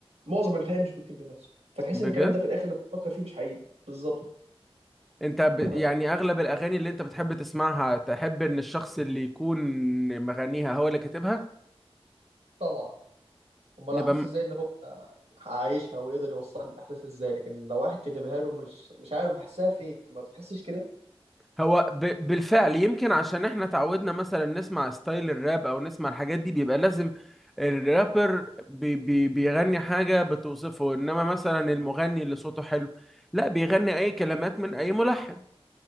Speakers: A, on the right; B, in the centre.
A: معظم الحقيقه مش بيكتب لنفسه فتحس
B: بجد
A: ان الكلام ده في الاخر لما تفكر فيه مش حقيقي بالظبط
B: انت ب...
A: ف-
B: يعني اغلب الاغاني اللي انت بتحب تسمعها تحب ان الشخص اللي يكون مغنيها هو اللي كاتبها
A: طبعا امال
B: يبقى
A: هحس
B: م-
A: ازاي ان هو عايشها ويقدر يوصل لي الاحساس ازاي لكن لو واحد كتبها له مش مش عارف بحسها فيك ما بتحسش كده
B: هو ب... بالفعل يمكن عشان احنا تعودنا مثلا نسمع ستايل الراب او نسمع الحاجات دي بيبقى لازم الرابر بي... بي... بيغني حاجة بتوصفه انما مثلا المغني اللي صوته حلو لا بيغني اي كلمات من اي ملحن